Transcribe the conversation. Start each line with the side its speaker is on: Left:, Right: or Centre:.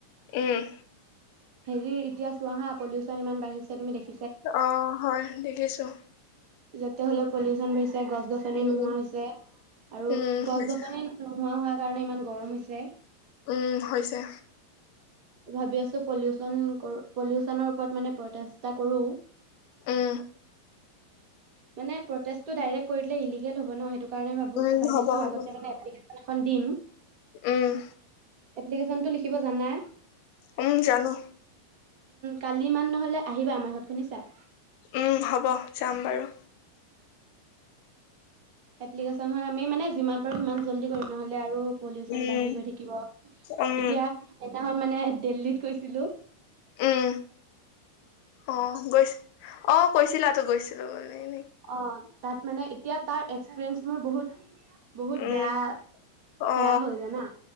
Left: উম।
Right: হেৰি, এতিয়া চোৱাহা পলিউশচন ইমান বাঢ়িছে, তুমি দেখি
Left: অঁ, হয় দেখিছো।
Right: যাতে হলে, পল্লিউচন বেছি গছ গছনি
Left: উম
Right: নোহোৱা হৈছে, আৰু
Left: উম
Right: গছ
Left: হৈছে
Right: গছনি নোহোৱা হোৱা কাৰণে ইমান গৰম হৈছে।
Left: উম, হৈছে।
Right: ভাবি আছো, পল্লিউছন কৰো, পল্লিউছনৰ ওপৰত মানে প্ৰতেষ্ট এটা কৰো।
Left: উম।
Right: মানে প্ৰতেষ্টটো ডাইৰেক্ট কৰি দিলে, উল্লেগেল হব ন সেটো কাৰণে ভাবো,
Left: উম
Right: ভাবিছো
Left: হ'ব হ'ব
Right: আগতে মানে এপ্লিকেচন এখন দিম।
Left: উম।
Right: এপ্লিকেশ্বনটো লিখিব যানা।
Left: উম, জানো।
Right: কালি ইমান নহ'লে আহিবা আমাৰ ঘৰত শুনিছা?
Left: উম, হ'ব যাম বাৰু।
Right: এপ্লিকেশনখন আমি মানে যিমান পাৰো সিমান জল্দি কৰিম নহ'লে আৰু। পলিউচন
Left: উম
Right: বাঢ়ি গৈ থাকিব,
Left: উম
Right: এতিয়া সেইদিনাখন মানে দেল্লীত গৈছিলোঁ।
Left: উম অ', গৈছিল অ', কৈছিলা তো গৈছিলো বুলি। নি
Right: অ'। তাত মানে এতিয়া তাৰ এক্সপিৰিয়েঞ্চ মোৰ বহুত। বহুত
Left: উম
Right: বেয়া, বেয়া
Left: অ
Right: হৈ জানা